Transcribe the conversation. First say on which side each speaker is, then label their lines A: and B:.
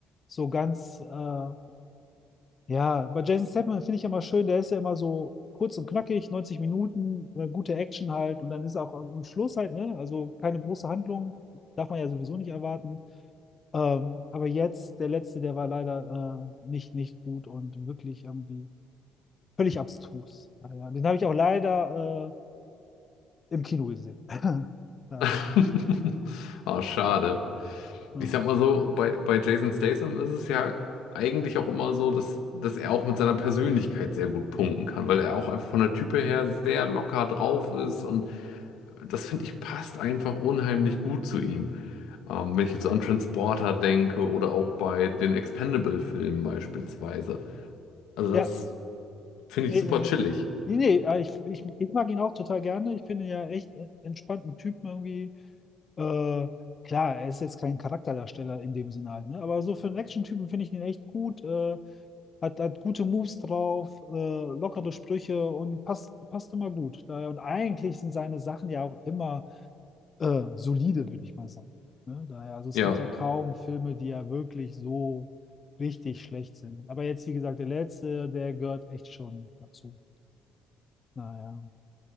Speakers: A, on the left (about 30°); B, on the left (about 85°).
A: so ganz, äh, ja, bei Jason Statham finde ich immer schön, der ist ja immer so kurz und knackig, 90 Minuten, äh, gute Action halt und dann ist auch am Schluss halt, ne? Also keine große Handlung, darf man ja sowieso nicht erwarten. Ähm, aber jetzt, der letzte, der war leider äh, nicht, nicht gut und wirklich irgendwie völlig abstrus. Ja, ja, den habe ich auch leider äh, im Kino gesehen. <laughs> Naja.
B: <laughs> Ah, schade.
A: Ja,
B: Ich sag mal so, bei, bei Jason Statham ist es ja eigentlich auch immer so, dass, dass er auch mit seiner Persönlichkeit sehr gut punkten kann, weil er auch einfach von der Type her sehr locker drauf ist und das finde ich passt einfach unheimlich gut zu ihm. Ähm, wenn ich jetzt so an Transporter denke oder auch bei den Expendable-Filmen beispielsweise. Also
A: ja
B: das finde
A: nee,
B: ich super
A: äh,
B: chillig.
A: nee, nee, äh, ich, ich, ich mag ihn auch total gerne. Ich finde ihn ja echt äh, entspannten Typen irgendwie. Äh, klar, er ist jetzt kein Charakterdarsteller in dem Sinne halt, ne? Aber so für einen Action-Typen finde ich ihn echt gut. Äh, hat, hat gute Moves drauf, äh, lockere Sprüche und passt, passt immer gut. Daher, und eigentlich sind seine Sachen ja auch immer äh, solide, würde ich mal sagen. Ne? Daher, also es
B: Ja,
A: gibt ja kaum Filme, die ja wirklich so richtig schlecht sind. Aber jetzt, wie gesagt, der letzte, der gehört echt schon dazu. Naja.